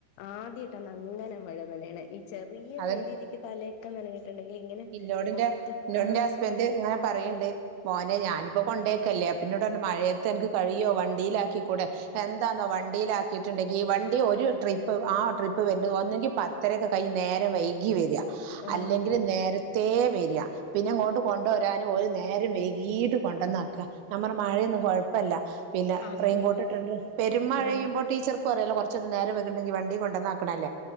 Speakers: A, on the left; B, on the right.
A: ആദ്യട്ടന്ന അങ്ങനെ മഴ നനയണെ ചെറിയ
B: അതന്നെ
A: രീതിക്ക് തലേക്ക നഞ്ഞിട്ടുണ്ടെങ്കിൽ ഇങ്ങനെ
B: ഇന്നോടിന്റെ
A: മൊത്തം
B: ഇന്നോടിന്റെ
A: ആഹ്
B: ഹസ്ബൻഡ് ഇങ്ങനെ പറയണ്ട് പോലെ ഞാനിപ്പോ കൊണ്ടേക്കല്ലേ അപ്പൊന്നോട് പറഞ്ഞു മഴയത്തെ എനിക്ക് കഴിയോ വണ്ടിയിലാക്കികൂടെ എൻ ന്താന്നോ വണ്ടിയിലാക്കിയിട്ടുണ്ടെങ്കി വണ്ടി ഒരു ട്രിപ്പ് ആ ട്രിപ്പ് വരുന്നു ഒന്നെങ്കിൽ പത്തരക്കത് കൈ നേരം വൈകി വേര
A: ആഹ്
B: അല്ലെങ്കില് നേരത്തേ വേര പിന്നെ ഇങ്ങോട്ട് കൊണ്ടുവരാനും ഒരു നേരം വൈകീട്ട് കൊണ്ടന്നാക്ക ഞാ പറ മഴയൊന്നും കൊഴപ്പല്ല പിന്നെ
A: അത്
B: റെയിൻകോട്ടിണ്ട് പെരുമഴയ്യുമ്പോ
A: ആഹ്
B: ടീച്ചർക്കും അറിയാലോ കുറച്ചൊന്ന് നേരം വൈകിണ്ടെങ്കി വണ്ടി കൊണ്ടോന്നാക്ണല്ലേ